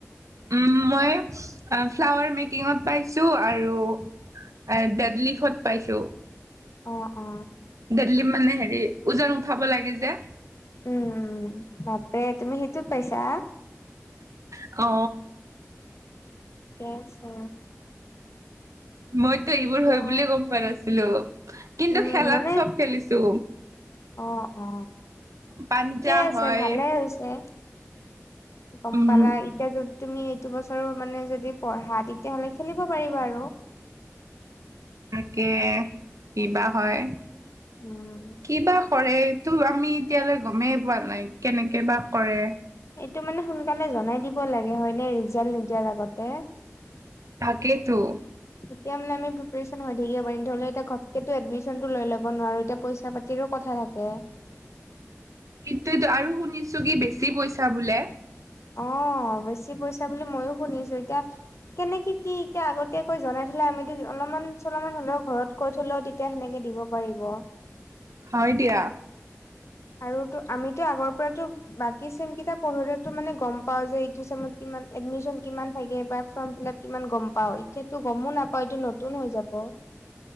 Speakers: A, on the right; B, on the left.
A: উম, মই ফ্লাৱাৰ মেকিংত পাইছো আৰু - আৰু ডেড লিফ্ত পাইছো।
B: অ, অ।
A: ডেডলিফ্ত মানে হেৰি ওজন উঠাব লাগে যে।
B: উম, উম। বাপৰে তুমি সেইটোত পাইছা?
A: অ।
B: ঠিকেই আছে।
A: মইতো এইবোৰ
B: এতিয়া
A: হয় বুলিয়ে গম পোৱা নাছিলো। কিন্তু
B: উম,
A: খেলাত
B: মানে
A: চব খেলিছো।
B: অ অ।
A: পাঞ্জা
B: ঠিকেই আছে,
A: হয়
B: ভালেই হৈছে। চে, গম
A: উম
B: পালা এ - এতিয়া যদি তুমি এইটো বছৰো মানে যদি পঢ়া তেতিয়াহ'লে খেলিব পাৰিবা আৰু।
A: তাকে কিবা হয়।
B: উম।
A: কিবা কৰে তটো আমি এতিয়ালৈ গমেই পোৱা নাই কেনেকে বা কৰে।
B: এইটো মানে সোনকালে জনাই দিব লাগে হয় ন ৰিজাল্ট নিদিয়াৰ আগতে
A: থাকেইতো
B: এতিয়া মানে আমি পিপেইছন হৈ থাকিব পাৰিম ধৰিলা ঘপকে এডমিচনতো লৈ ল'ব নোৱাৰো এতিয়া পইচা পাতি - তিৰো কথা থাকে।
A: সেইটো আৰু শুনিছো কি বেছি পইছা বোলে?
B: অ বেছি পইছা বুলি ময়ো শুনিছো এতিয়া- কেনেকে কি এতিয়া আগতীয়াকৈ জনাই থলে আমিতো অলপমান চলপমান হলেও ঘৰত- কৈ থলেও তেতিয়া সেনেকে দিব পাৰিব।
A: হয় দিয়া।
B: আৰু টো আমিতো আগৰ পৰাতো বাকী চেম কিতাপ- পঢ়িলেতো মানে গম পাওঁ যে ই চমত কিমান এডমিশন কিমান থাকে বা ফৰ্ম ফিলাপ কিমান গম পাওঁ - এতিয়াতো গমো নাপায় এইটো নতুন হৈ যাব।